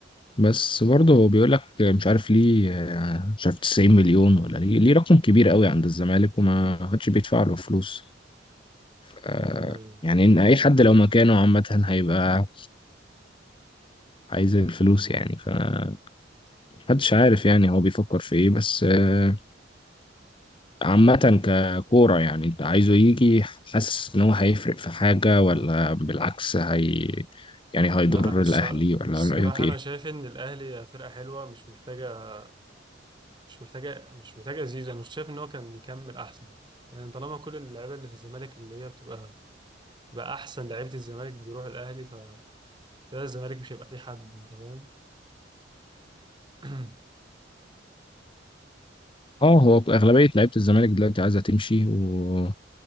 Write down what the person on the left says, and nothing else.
بس برضه هو بيقول لك مش عارف ليه آه، مش عارف 90 مليون ولا ليه ليه رقم كبير قوي عند الزمالك وما حدش بيدفع له فلوس ف-
يعني ان اي حد لو مكانه عامة هيبقى عايز الفلوس يعني فمحدش عارف يعني هو بيفكر في ايه بس آه، عامة ككورة يعني انت عايزه يجي حاسس ان هو هيفرق في حاجة ولا بالعكس هي يعني هيضر
الاهلي ولا
رأيك ايه؟
اه هو اغلبية لعيبة الزمالك دلوقتي عايزة تمشي و...